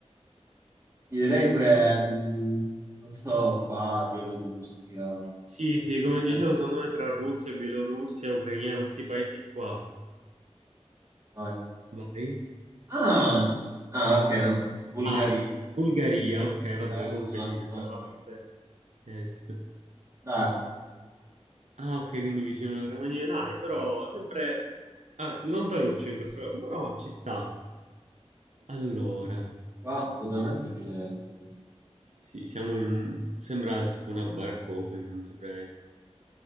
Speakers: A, on the right; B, on the right.
A: Ti direi pure, mm, non so, qua, Bielorussia.
B: Sì, sì,
A: Dici,
B: come dicevo,
A: mettiamo
B: secondo
A: qua.
B: me tra Russia, Bielorussia, Ucraina, questi paesi qua.
A: Vai.
B: Vai.
A: Ah, ah, ok, no. Bulgaria.
B: Ah, Bulgaria, ok, vabbè,
A: Eravamo
B: comunque
A: a
B: sì,
A: Sofia.
B: sempre la parte est.
A: Dai,
B: Ah, ok, quindi vicino alla Romania, dai, però sempre ah, lontanuccio in questo caso, però ci sta. Allora,
A: qua totalmente diverso.
B: sì, siamo in un... sembra tipo una baraccopoli, non saprei.